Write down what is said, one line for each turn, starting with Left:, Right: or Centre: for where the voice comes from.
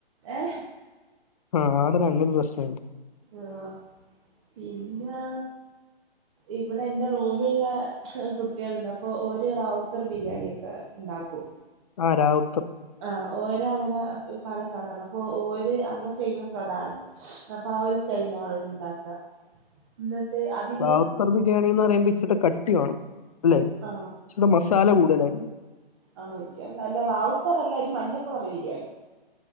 Right: ഏ
Left: ആഹ് ആടിനങ്ങനൊരു പ്രശ്നുണ്ട്
Right: ആഹ് പിന്നാ ഇവിടെന്റെ റൂമിലുള്ള കുട്ടികൾണ്ട് അപ്പൊ ഓര് റാവുത്തർ ബിരിയാണിയൊക്ക്‌ണ്ടാക്കും
Left: ആ രാവു
Right: ആ ഓരവിടെ പാലക്കാടാണ് അപ്പോര് അവിടെ ഫേമസഅതാണ് അപ്പാ ഒരു സ്റ്റൈലിലാ അവരുണ്ടാക്ക ഇന്നിട്ട് അതി
Left: റാവുത്തർ ബിരിയാണിന്നറയുമ്പ ഇച്ചൂടെ കട്ടി വേണം ല്ലെ
Right: ആ
Left: ഇച്ചൂടെ മസാല കൂടുതലായിരിക്കും
Right: ആണോവെക്ക അല്ല റാവുത്തറല്ല ഒരു മഞ്ഞക്കളറ് ബിരിയാണി